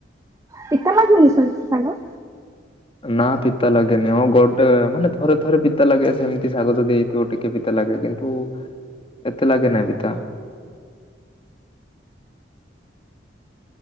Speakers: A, on the right; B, on the left.
A: ପିତା ଲାଗୁନି ସୋରିଷଶାଗ?
B: ନା ପିତା ଲାଗେନି। ହଁ, ଗୋଟେ ମାନେ ଥରେ ଥରେ ପିତା ଲାଗେ। ସେମିତି ଶାଗ ଯଦି ହେଇଥିବ, ଟିକେ ପିତା ଲାଗେ। ଲାଗେ, କିନ୍ତୁ ଏତେ ଲାଗେ ନାଇଁ ପିତା। <inaudible>